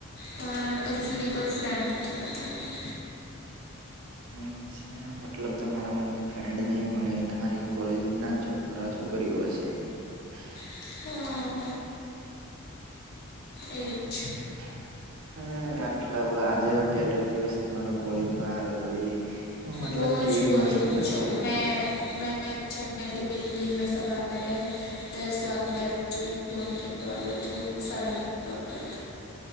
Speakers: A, on the left; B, on the right.
A: પણ હજુ
B: હમ,
A: સુધી કોઈ ફ્રેન્ડ નથી. બનાવ્યું
B: અછ <inaudible> મતલબ તમારા ફ્રેન્ડ નહી. પણ એ તમારી કોલેજ ના છોકરા છોકરીઓ હશે. <inaudible>
A: હા <unintelligible> એ જ
B: <inaudible> હમ મતલબ આજે પેલો દિવસ તમારો કોલેજ માં હતો. એ મતલબ
A: બો
B: કેવી
A: જ બોરિંગ
B: મસ્તી વસ્તી
A: જો
B: કરી
A: મે મે <unintelligible> દિલ્હી મે સવારે. દસ વાગ્યા પછી ઊઠવું <unintelligible> અગિયાર વાગ્યા ઊઠવું સાડા